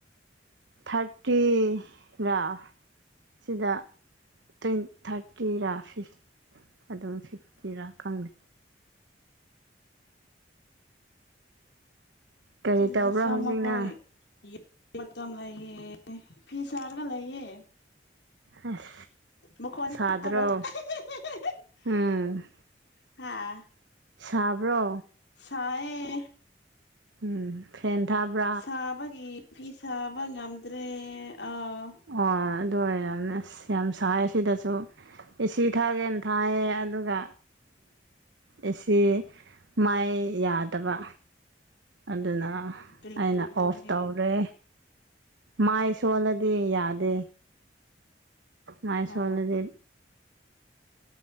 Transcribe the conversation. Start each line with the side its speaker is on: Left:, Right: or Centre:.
Right: ꯊꯥꯔꯇꯤꯔ꯫ ꯁꯤꯗ ꯇ꯭ꯋꯤꯟ ꯊꯥꯔꯇꯤꯔꯥ ꯐꯤꯐ ꯑꯗꯨꯝ ꯐꯤꯞꯇꯤꯔꯥ ꯈꯪꯗꯦ꯫ ꯀꯔꯤ
Left: ꯁꯤꯗꯗꯤ
Right: ꯇꯧꯕ꯭ꯔꯥ
Left: ꯆꯃ
Right: ꯍꯧꯖꯤꯛꯅ
Left: ꯈꯣꯏ ꯌꯦꯡ ꯃꯇꯝ ꯂꯩꯏꯌꯦ꯫ ꯐꯤ ꯁꯥꯔꯒ ꯂꯩꯌꯦ꯫
Right: ꯑꯁ
Left: ꯃꯈꯣꯟ
Right: ꯁꯥꯗ꯭ꯔꯣ
Left: ꯇꯥꯔꯣꯏ꯫ <unintelligible>
Right: ꯎꯝ
Left: ꯍꯥꯥ꯫
Right: ꯁꯥꯕ꯭ꯔꯣ꯫
Left: ꯁꯥꯑꯦ꯫
Right: ꯎꯝ ꯐꯦꯟ ꯊꯕ꯭ꯔ
Left: ꯁꯥꯕꯒꯤ ꯐꯤ ꯁꯥꯕ ꯉꯝꯗ꯭ꯔꯦ ꯑꯥ꯫
Right: ꯑꯣ ꯑꯗꯨ ꯑꯣꯏꯔꯅ ꯑꯁ ꯌꯥꯝ ꯁꯥꯏ ꯁꯤꯗꯁꯨ ꯑꯦꯁꯤ ꯊꯥꯒꯦꯅ ꯊꯥꯏꯌꯦ ꯑꯗꯨꯒ ꯑꯦꯁꯤ ꯃꯥꯏ ꯌꯥꯗꯕ ꯑꯗꯨꯅ
Left: ꯀꯔꯤ
Right: ꯑꯩꯅ ꯑꯣꯐ
Left: ꯇꯧꯕꯒꯤ
Right: ꯇꯧꯔꯦ꯫ ꯃꯥꯏ ꯁꯣꯜꯂꯗꯤ ꯌꯥꯗꯦ꯫ ꯃꯥꯥꯏꯁꯣꯜꯂꯗꯤ꯫
Left: ꯑꯣ